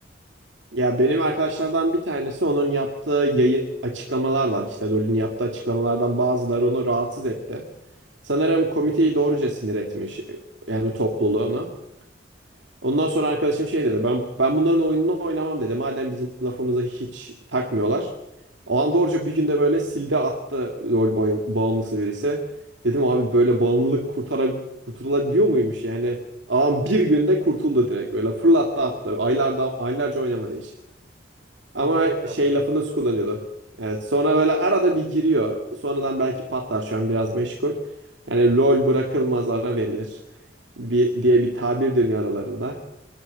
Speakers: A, on the right (about 90°); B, on the right (about 50°).
A: Ya benim arkadaşlardan bir tanesi onun yaptığı yayı açıklamalar var. İşte LoL'ün yaptığı açıklamalardan bazıları onu rahatsız etti. Sanırım komiteyi doğruca sinir etmiş. Yani topluluğunu. Ondan sonra arkadaşım şey dedi. Ben ben bunların oyununu oynamam dedi. Madem bizim lafımıza hiç takmıyorlar. Alan doğruca bir günde böyle sildi attı LoL boy- bağımlısı birisi. Dedim abi böyle bağımlılık kurtara, kurtulabiliyor muymuş? Yani adam bir günde kurtuldu direkt. Böyle fırlattı attı. Aylarda, aylarca oynamadı hiç.
B: Sonra
A: Ama
B: tekrar
A: şey
B: mı?
A: lafı nasıl kullanıyordu? Evet, sonra böyle arada bir giriyor. Sonradan belki patlar şu an biraz meşgul. Yani LoL bırakılmaz ara verilir. Bir, diye bir tabir dönüyor aralarında.